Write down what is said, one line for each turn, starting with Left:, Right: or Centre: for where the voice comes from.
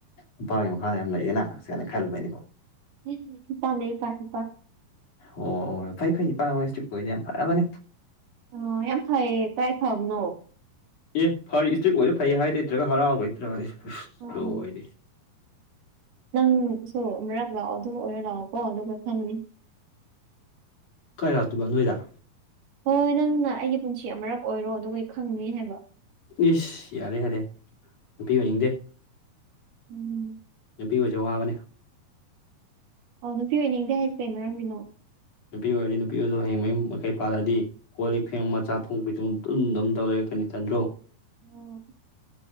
Left: ꯅꯨꯄꯥꯒꯤ ꯃꯈꯥꯗ ꯌꯥꯝ ꯂꯩꯌꯦꯅ ꯁꯦꯡꯅ ꯈꯜꯂꯨꯕꯩꯅꯤꯀꯣ
Right: ꯎꯝ ꯏꯄꯥꯅꯦ ꯏꯞꯥ ꯏꯄꯥ
Left: ꯑꯣ ꯑꯣ ꯐꯩ ꯐꯩ ꯏꯄꯥꯍꯣꯏ ꯁꯇ꯭ꯔꯤꯛ ꯑꯣꯏꯔꯤꯗꯣ ꯌꯥꯝ ꯐꯔꯕꯅꯦ
Right: ꯑꯣ ꯌꯥꯝ ꯐꯩꯌꯦ ꯀꯥꯏ ꯐꯕꯅꯣ
Left: ꯑꯦ ꯐꯔꯤ ꯁꯇ꯭ꯔꯤꯛ ꯑꯣꯏꯔꯤꯗꯣ ꯐꯩ ꯍꯥꯏꯒꯦ ꯂꯩꯇ꯭ꯔꯒ ꯍꯔꯥꯎꯒꯦ ꯂꯩꯇ꯭ꯔꯒ ꯏꯁ
Right: ꯑꯥ
Left: ꯂꯣꯏꯔꯦꯍꯦ
Right: ꯅꯪꯁꯨ ꯑꯃꯔꯛ ꯂꯥꯛꯑꯣ ꯑꯗꯨ ꯑꯣꯏꯔ ꯂꯥꯛꯑꯣꯀꯣ ꯑꯗꯨꯒ ꯈꯪꯒꯅꯤ
Left: ꯀꯥꯏ ꯂꯥꯛꯇꯣꯏꯕ ꯅꯣꯏꯗ
Right: ꯍꯣꯏ ꯅꯪꯅ ꯑꯩꯒꯤ ꯄꯨꯟꯁꯤ ꯑꯃꯔꯛ ꯑꯣꯏꯔꯣ ꯑꯗꯨꯒ ꯈꯪꯅꯤ ꯍꯥꯏꯕ
Left: ꯏꯁ ꯌꯥꯔꯦ ꯌꯥꯔꯦ ꯅꯨꯄꯤ ꯑꯣꯏꯅꯤꯡꯗꯦ
Right: ꯎꯝ
Left: ꯅꯨꯄꯤ ꯑꯣꯏꯕꯁꯦ ꯋꯥꯕꯅꯦ
Right: ꯑꯣ ꯅꯨꯄꯤ ꯑꯣꯏꯅꯤꯡꯗꯦ ꯍꯥꯏꯁꯦ ꯀꯩ ꯃꯔꯝꯒꯤꯅꯣ
Left: ꯅꯨꯄꯤ ꯑꯣꯏꯔꯗꯤ ꯅꯨꯄꯤ ꯑꯣꯏꯔꯗꯣ ꯍꯌꯦꯡ ꯃꯌꯨꯝ ꯃꯀꯩ ꯄꯥꯜꯂꯗꯤ ꯀꯣꯜ ꯂꯤꯛ ꯐꯦꯡꯕ ꯆꯥꯛ ꯊꯣꯡ ꯄꯤꯊꯣꯡ ꯑꯗꯨꯝ ꯑꯗꯨꯝ ꯇꯧ ꯂꯩꯔꯛꯀꯅꯤ ꯇꯟꯗ꯭ꯔꯣ
Right: ꯎꯝ